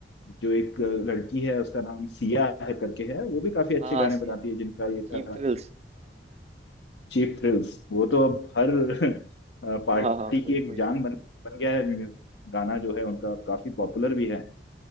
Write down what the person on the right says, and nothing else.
हाँ
सिया
चीप
थ्रिल्स
हाँ हाँ हाँ,
वही
वही